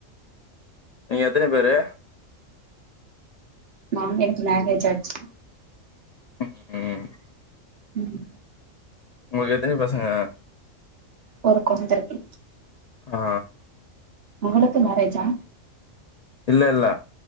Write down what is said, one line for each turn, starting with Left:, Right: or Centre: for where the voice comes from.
Left: நீங்க எத்தன பேரு
Right: நாங்க எனக்கு மேரேஜ் ஆச்சு
Left: ம் ம்
Right: ம்
Left: உங்களுக்கு எத்தனி பசங்க
Right: ஒரு கொழந்தருக்கு
Left: ஆ
Right: உங்களுக்கு மேரேஜா
Left: இல்ல இல்ல